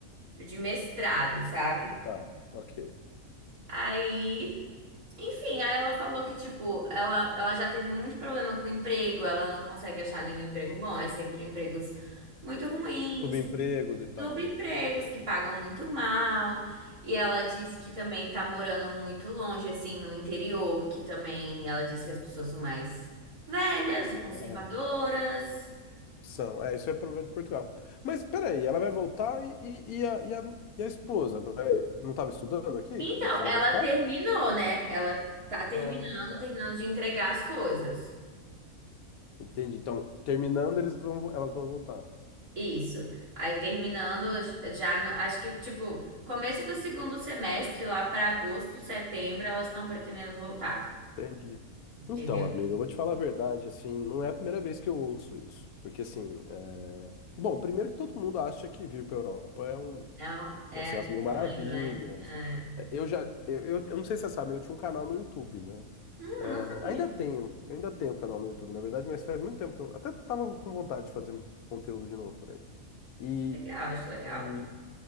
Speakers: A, on the right (about 85°); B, on the left (about 80°).
A: de mestrado, sabe?
B: tá, ok.
A: Aí, enfim, aí ela falou que, tipo, ela, ela já teve muito problema com o emprego, ela não consegue achar nenhum emprego bom, é sempre empregos muito ruins,
B: Subempregos e tal,
A: subempregos
B: né?
A: que pagam muito mal. E ela diz que também tá morando muito longe, assim, no interior, que também ela diz que as pessoas são mais velhas e conservadoras.
B: É, são, é, isso é problema de Portugal. Mas peraí, ela vai voltar e, e, e a, e, a, e a esposa vai, não estava estudando aqui?
A: Então,
B: Vai- Ela
A: ela
B: vai ficar?
A: terminou, né? Ela tá terminando,
B: Ah, tá.
A: terminando de entregar as coisas.
B: Entendi. Então, terminando, eles vão, elas vão voltar.
A: Isso. Aí terminando já no, acho que tipo, começo do segundo semestre, lá para agosto, setembro, elas estão pretendendo voltar,
B: Entendi.
A: entendeu?
B: Então, amiga, eu vou te falar a verdade, assim, não é a primeira vez que eu ouço isso. Porque, assim, é... bom, primeiro que todo mundo acha que vir para Europa é um.
A: É, um- é
B: Vai ser as mil maravilhas.
A: sonho, né? É.
B: É, Eu já, eu, eu eu não sei se você sabe, eu tinha um canal no YouTube, né?
A: Hum,
B: É,
A: não sabia,
B: ainda
A: amiga.
B: tenho, eu ainda tenho canal no YouTube, na verdade, mas faz muito tempo que eu até tava com vontade de fazer conteúdo de novo pra ele. E,
A: Legal, acho legal.
B: e